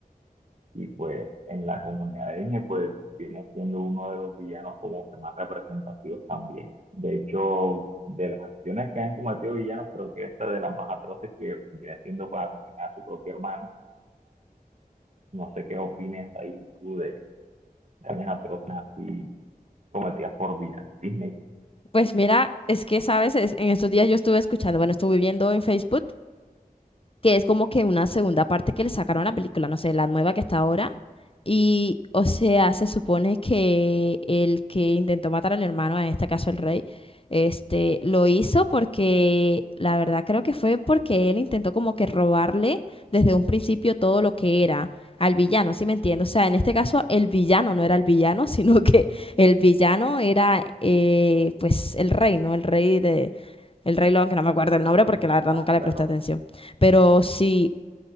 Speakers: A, on the right (about 50°); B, on the left (about 35°).
A: y pues en la comunidad de Disney, pues viene siendo uno de los villanos como que más representativos también. De hecho, de las acciones que han cometido villanos, creo que esta es de las más atroces que viene siendo pues asesinar a su propio hermano. No sé qué opinas ahí tú de, Ernest así cometidas por Vía Disney.
B: Pues mira, es que, ¿sabes? Es- en estos días yo estuve escuchando, bueno, estuve viendo en Facebook que es como que una segunda parte que le sacaron a la película, no sé, la nueva que está ahora. Y, o sea, se supone que el que intentó matar al hermano, en este caso el rey, este, lo hizo porque, la verdad creo que fue porque él intentó como que robarle desde un principio todo lo que era al villano, ¿sí me entiendes? O sea, en este caso el villano no era el villano, <laughs> sino que el villano era, eh, pues, el rey, ¿no? El rey de, el Rey León, que no me acuerdo el nombre porque la
A: Ah,
B: verdad nunca le
A: claro,
B: presté atención. Pero sí,